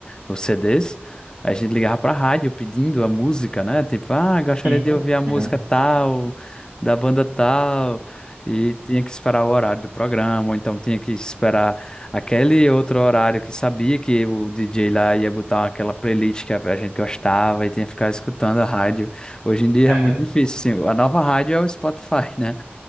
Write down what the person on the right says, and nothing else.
Sim.
é.
É.
<laughs>